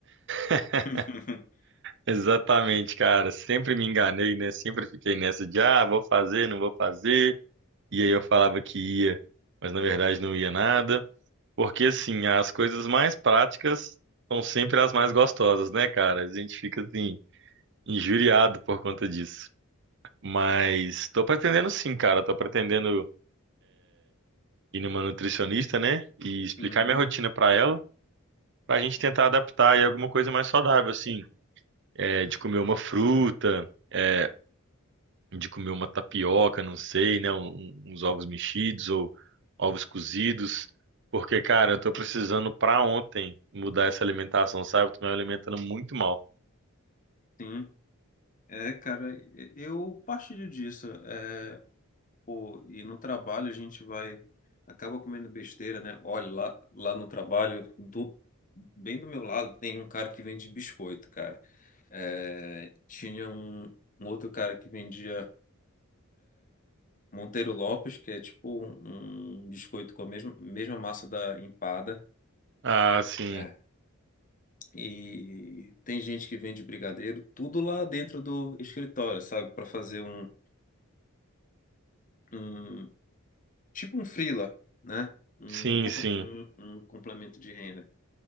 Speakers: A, on the right; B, on the left.
A: <laughs>
B: <laughs>
A: Exatamente, cara. Sempre me enganei, né? Sempre fiquei nessa de, ah, vou fazer, não vou fazer. E aí eu falava que ia, mas na verdade não ia nada. Porque, assim, as coisas mais práticas são sempre as mais gostosas, né, cara? A gente fica, assim, injuriado por conta disso. Mas tô pretendendo sim, cara. Tô pretendendo ir numa nutricionista, né? E explicar
B: Uhum,
A: minha rotina pra ela para a gente tentar adaptar e alguma coisa mais saudável, assim, é, de comer uma fruta, é, de comer uma tapioca, não sei, né, um- um, uns ovos mexidos ou ovos cozidos, porque, cara, eu tô precisando para ontem mudar essa alimentação, sabe? Eu tô me alimentando muito mal.
B: sim. É, cara, e- eu partilho disso. É, pô, e no trabalho a gente vai, acaba comendo besteira, né? Olha, lá, lá no trabalho, do, bem do meu lado, tem um cara que vende biscoito, cara. É, tinha um, um outro cara que vendia Monteiro Lopes, que é tipo um, um biscoito com a mesma, mesma massa da empada.
A: Ah, sim,
B: É. E tem gente que vende brigadeiro, tudo lá dentro do escritório, sabe? Para fazer um. um tipo um freela, né? Um,
A: sim,
B: compl-
A: sim.
B: um, um complemento de renda.